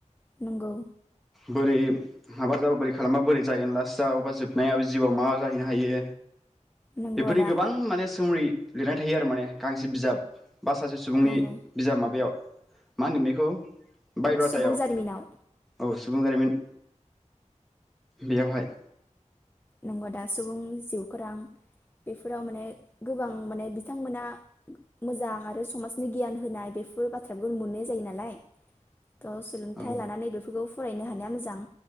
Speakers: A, on the left; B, in the centre.
A: नंगौ
B: बोरै माबा जाबा बोरै खालामबा बोरै जाहैगोन लास सावो बा जोबनायाव जिउआव मा जाहैनो हायो?
A: नंगौ
B: बेफोरनि
A: आदा
B: गोबां माने सोमरि लिरनाय थायो आरो माने गांसे बिजाब बा सासे सुबुंनि
A: नंगौ
B: बिजाब माबायाव। मा होनगोन बेखौ बायदाथायाव
A: सुबुं जारिमिनाव
B: औ सुबुं जारिमिन बेयावहाय
A: नंगौ आदा सुबुं जिउ खौरां बेफोराव माने गोबां माने बिथांमोना मोजां आरो समाजनि गियान होनाय बेफोर बाथ्राफोरखौ मोननाय जायो नालाय। थ' सोलोंथाइ
B: औ
A: लानानै बेफोरखौ फरायनो हानाया मोजां